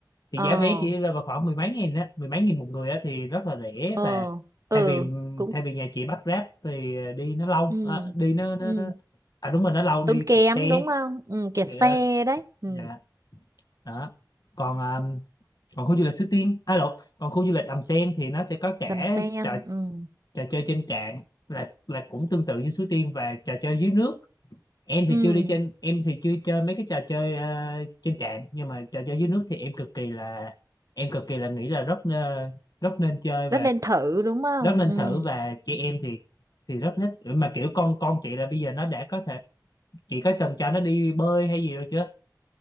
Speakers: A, on the left; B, on the right.
A: thì
B: Ờ,
A: giá vé chỉ rơi vào khoảng mười mấy nghìn á mười mấy nghìn một người á thì rất là rẻ
B: ờ,
A: và
B: ừ,
A: thay vì
B: cũng
A: thay vì nhà chị bắt Grab thì ờ, đi nó lâu
B: ừ,
A: à, đi nó, nó,
B: ừ.
A: nó à đúng rồi nó lâu đi
B: Tốn kém
A: kẹt xe
B: đúng không? Ừ, kẹt
A: kẹt,
B: xe đấy. Ừ,
A: dạ, đó. còn ờ, còn khu du lịch Suối Tiên à lộn còn khu du lịch Đầm Sen thì nó sẽ có cả
B: đầm sen.
A: trò,
B: Ừ,
A: trò chơi trên cạn là là cũng tương tự như Suối Tiên và trò chơi dưới nước em thì
B: ừ.
A: chưa đi trên em thì chưa chơi mấy cái trò chơi ờ, trên cạn nhưng mà trò chơi dưới nước thì em cực kỳ là em cực kỳ là nghĩ là rất ờ, rất nên chơi và
B: Rất nên thử đúng không?
A: rất nên
B: Ừ.
A: thử và chị em thì thì rất thích mà kiểu con con chị là bây giờ nó đã có thể chị có từng cho nó đi bơi hay gì rồi chưa